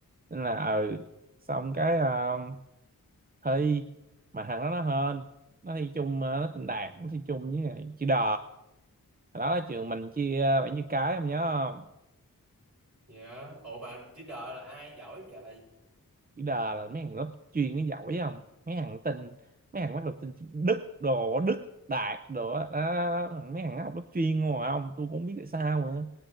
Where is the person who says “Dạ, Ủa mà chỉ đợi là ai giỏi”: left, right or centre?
Right